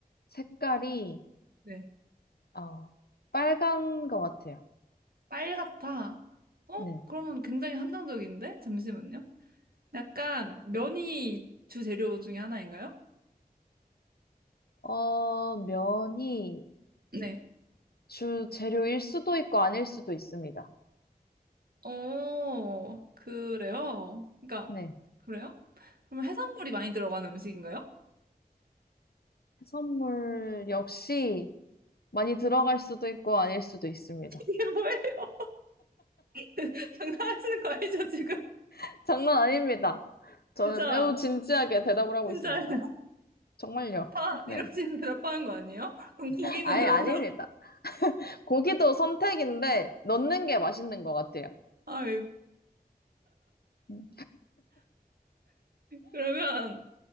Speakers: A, on the left (about 80°); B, on the right (about 70°).
A: 색깔이,
B: 네.
A: 어, 빨간 것 같아요.
B: 빨갛다. 어?
A: 네.
B: 그러면 굉장히 한정적인데? 잠시만요. 약간 면이 주재료 중에 하나인가요?
A: 어, 면이
B: 네.
A: 주 재료일 수도 있고 아닐 수도 있습니다.
B: 어, 그래요? 그러니까,
A: 네.
B: 그래요? 그럼 해산물이 많이 들어가는 음식인가요?
A: 해산물 역시 많이 들어갈 수도 있고 아닐 수도 있습니다.
B: <laughs> 이게 뭐예요? <laughs> 장난하시는 거 아니죠, 지금?
A: <laughs> 장난 아닙니다. 저는
B: 진짜,
A: 매우 진지하게 대답을 하고
B: 진짜
A: 있습니다.
B: <laughs>
A: 정말요.
B: 다
A: 네.
B: 이런 식으로 대답하는 거 아니에요? 그럼 고기는
A: 아예
B: 들어가요?
A: 아닙니다. 고기도 선택인데 넣는 게 맛있는 것 같아요.
B: 아, 예.
A: 음,
B: 그러면